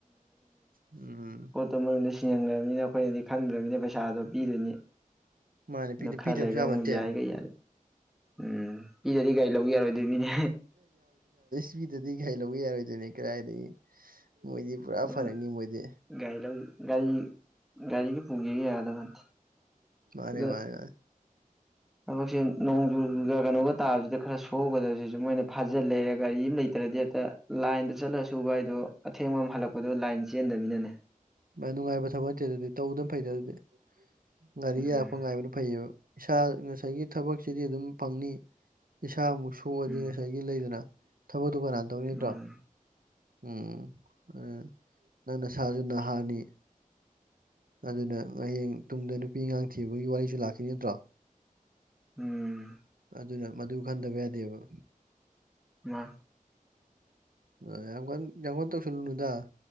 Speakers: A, on the right; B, in the centre.
A: ꯎꯝ꯫
B: ꯄꯣꯠꯇꯨ ꯃꯅꯨꯡꯗ ꯁꯤꯁꯤꯡꯍꯟꯈ꯭ꯔꯕꯅꯤꯅ ꯑꯩꯈꯣꯏꯅꯗꯤ ꯈꯪꯗ꯭ꯔꯕꯅꯤꯅ ꯄꯩꯁꯥꯗꯣ ꯄꯤꯗꯣꯏꯅꯤ꯫
A: ꯃꯥꯅꯦ
B: ꯑꯗꯨ ꯈꯔꯂꯩꯔꯒ
A: ꯄꯤꯗꯕꯁꯨ ꯌꯥꯕ
B: ꯃꯨꯛ
A: ꯅꯠꯇꯦ
B: ꯌꯥꯏꯒ ꯌꯥꯗ꯫ ꯎꯝ ꯄꯤꯗꯗꯤ ꯒꯥꯔꯤ ꯂꯧꯕ ꯌꯥꯔꯣꯏꯗꯣꯏ ꯃꯤꯅꯦ꯫
A: ꯄꯤꯗꯗꯤ ꯒꯔꯤ ꯂꯧꯒꯦ ꯌꯥꯔꯣꯏꯗꯣꯏꯅꯦ ꯀꯔꯏꯗꯥꯒꯤ ꯃꯣꯏꯗꯤ ꯄꯨꯔꯥ
B: ꯅꯪ
A: ꯐꯔꯛꯅꯤ ꯃꯣꯏꯗꯤ꯫
B: ꯒꯥꯔꯤ ꯂꯧ ꯒꯥꯔꯤ ꯒꯥꯔꯤꯒ ꯄꯨꯒꯦꯒ ꯌꯥꯒꯗꯕ ꯅꯠꯇꯦ꯫
A: ꯃꯥꯅꯦ
B: ꯑꯗ
A: ꯃꯥꯅꯦ ꯃꯥꯅꯦ꯫
B: ꯊꯕꯛꯁꯦ ꯅꯣꯡꯖꯨꯨꯒ ꯀꯩꯅꯣꯒ ꯇꯥꯕꯁꯤꯗ ꯈꯔ ꯁꯨꯍꯧꯒꯗꯕꯁꯤꯁꯨ ꯃꯣꯏꯅ ꯐꯥꯖꯤꯜ ꯂꯩꯔꯦ ꯒꯥꯔꯤ ꯑꯃ ꯂꯩꯇ꯭ꯔꯗꯤ ꯍꯦꯛꯇ ꯂꯥꯏꯟꯗ ꯆꯠꯂꯁꯨ ꯁꯨꯒꯥꯏꯗꯣ ꯑꯊꯦꯡꯕ ꯑꯃ ꯍꯜꯂꯛꯄꯗꯣ ꯂꯥꯏꯟ ꯆꯦꯟꯗꯕꯅꯤꯅꯅꯦ
A: ꯚꯥꯏ ꯅꯨꯡꯉꯥꯏꯕ ꯊꯕꯛ ꯅꯠꯇꯦ ꯑꯗꯨꯗꯤ ꯇꯧꯗꯝ ꯐꯩꯗ ꯑꯗꯨꯗꯤ ꯒꯥꯔꯤ
B: ꯎꯝ
A: ꯌꯥꯔꯛꯄ ꯉꯥꯏꯕꯅ ꯐꯩꯌꯦꯕ ꯏꯁꯥ ꯉꯁꯥꯏꯒꯤ ꯊꯕꯛꯁꯤꯗꯤ ꯑꯗꯨꯝ ꯐꯪꯅꯤ ꯏꯁꯥꯃꯨꯛ ꯁꯣꯛꯑꯗꯤ
B: ꯎꯝ
A: ꯉꯁꯥꯏꯒꯤ ꯑꯦ ꯂꯩꯗꯅ ꯊꯕꯛꯇꯣ ꯀꯅꯥꯅ ꯇꯧꯅꯤ ꯅꯠꯇ꯭ꯔꯣ
B: ꯃꯥꯅꯤ
A: ꯎꯝ ꯑ ꯅꯪ ꯅꯁꯥꯁꯨ ꯅꯍꯥꯅꯤ ꯑꯗꯨꯅ ꯍꯌꯦꯡ ꯇꯨꯡꯗ ꯅꯨꯄꯤ ꯑꯉꯥꯡ ꯊꯤꯕꯒꯤ ꯋꯥꯔꯤꯁꯨ ꯂꯥꯛꯈꯤꯅꯤ ꯅꯠꯇ꯭ꯔꯣ
B: ꯎꯝ꯫
A: ꯑꯗꯨꯅ ꯃꯗꯨ ꯈꯟꯗꯕ ꯌꯥꯗꯦꯕ꯫
B: ꯃꯥ꯫
A: ꯑ ꯌꯥꯝ ꯀꯟ ꯌꯥꯝ ꯀꯥꯟ ꯇꯧꯁꯜꯂꯨꯅꯨꯗ